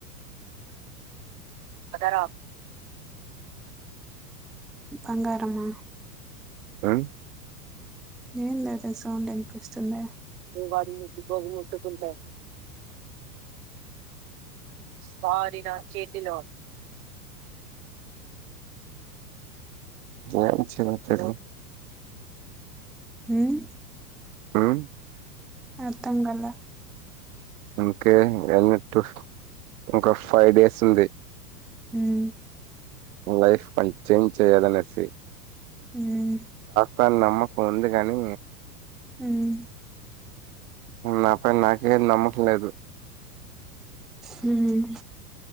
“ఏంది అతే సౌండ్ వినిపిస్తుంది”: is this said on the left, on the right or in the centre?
Centre